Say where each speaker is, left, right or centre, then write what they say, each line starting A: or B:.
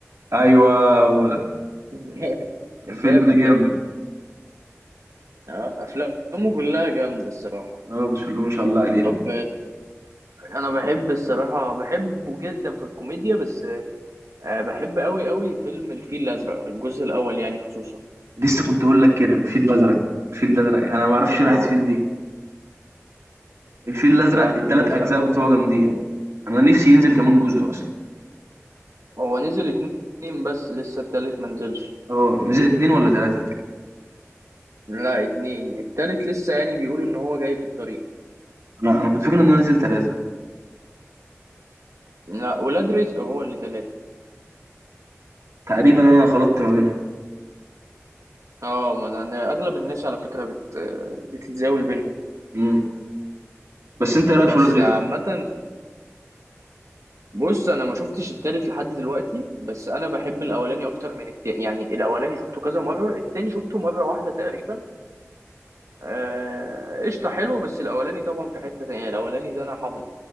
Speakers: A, on the right; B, on the right.
A: ايوه هو ده
B: <laughs> ده
A: الفيلم
B: جامد
A: ده جامد
B: ده اه افلامه كلها جامده الصراحه
A: اه بسم الله ما شاء الله عليه
B: طب انا بحب الصراحه بحبه جدا في الكوميديا بس آه، بحب قوي قوي فيلم الفيل الازرق الجزء الاول يعني خصوصا
A: لسه كنت اقول لك كده الفيل الازرق الفيل الازرق انا ما اعرفش
B: اه
A: راحت فين دي الفيل الازرق
B: لا الفيل
A: التلات
B: الازرق
A: اجزاء بتوعه
B: آه،
A: جامدين
B: جامد
A: انا نفسي ينزل كمان جزء اصلا
B: هو نزل اتنين بس لسه التالت ما نزلش
A: اه نزل اتنين ولا تلاتة
B: لا اتنين التالت لسه يعني بيقولوا ان هو جاي في الطريق
A: انا انا كنت فاكر انه نزل تلاتة
B: لا ولاد رزق هو اللي تلاتة
A: تقريبا انا خلطت ما بينهم
B: اه ما انا أنا اغلب الناس على فكرة بت... بتتزاول بينهم
A: مم. بس انت ايه رايك
B: بس
A: في ولاد رزق
B: عامة بص انا ما شفتش التالت لحد دلوقتي بس انا بحب الاولاني اكتر من التاني يعني الاولاني شفته كذا مرة التاني شفته مرة واحدة تقريبا آه، قشطة حلو بس الاولاني طبعا في حتة تانية الاولاني ده انا حافظه